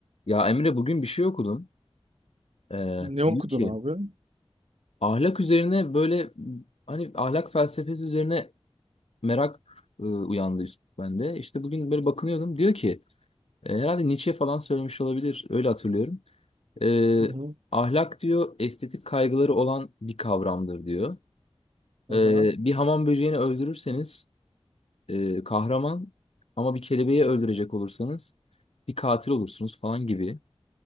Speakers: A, on the left; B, on the right.
A: Ya Emre bugün bir şey okudum. Ee,
B: Ne okudun
A: diyor ki
B: abi?
A: ahlak üzerine böyle hani ahlak felsefesi üzerine merak e, uyandı üst bende. İşte bugün böyle bakınıyordum. Diyor ki e, herhalde Nietzsche falan söylemiş olabilir. Öyle hatırlıyorum. Ee,
B: Hı hı.
A: ahlak diyor estetik kaygıları olan bir kavramdır diyor.
B: Aha.
A: Ee, bir hamam böceğini öldürürseniz e, kahraman ama bir kelebeği öldürecek olursanız bir katil olursunuz falan gibi